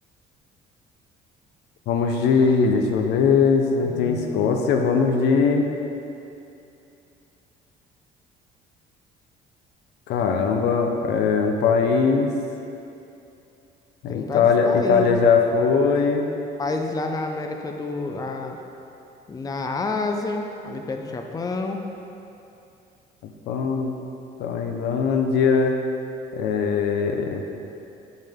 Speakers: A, on the left (about 80°); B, on the left (about 20°).
A: Vamos de. Deixa eu ver. Se não
B: Hum,
A: tem Escócia, vamos de. Caramba, é um país. É
B: tem
A: Itália,
B: vários países.
A: Itália já foi.
B: Países lá na América do... Na, na Ásia, ali perto do Japão.
A: Vamos. Tailândia. É...